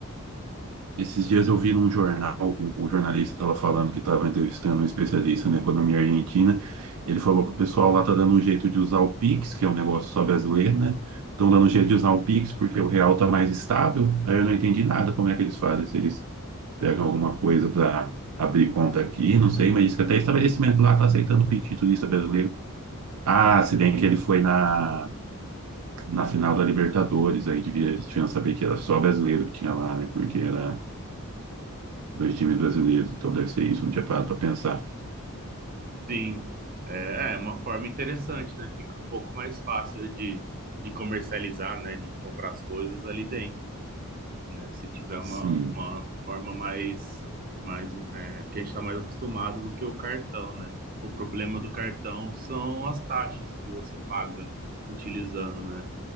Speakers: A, on the right (about 85°); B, on the right (about 40°).
A: Esses dias eu vi num jornal, um, um jornalista estava falando que estava entrevistando um especialista na economia argentina. Ele falou que o pessoal lá está dando um jeito de usar o Pix, que é um negócio só brasileiro, né? Estão dando um jeito de usar o Pix porque o real está mais estável. Aí eu não entendi nada como é que eles fazem, se eles pega alguma coisa para abrir conta aqui, não sei, mas diz que até estabelecimento lá tá aceitando o pedido de turista brasileiro. Ah, se bem que ele foi na, na final da Libertadores, aí devia, eles tinham que saber que era só brasileiro que tinha lá, né? Porque era dois times brasileiros, então deve ser isso, não tinha parado para pensar.
B: Sim, é, é é uma forma interessante, né? Fica um pouco mais fácil de, de comercializar, né? De comprar as coisas ali dentro, né? Se tiver uma,
A: Sim,
B: uma forma mais, mais é, que a gente está mais acostumado do que o cartão, né? O problema do cartão são as taxas que você paga utilizando, né?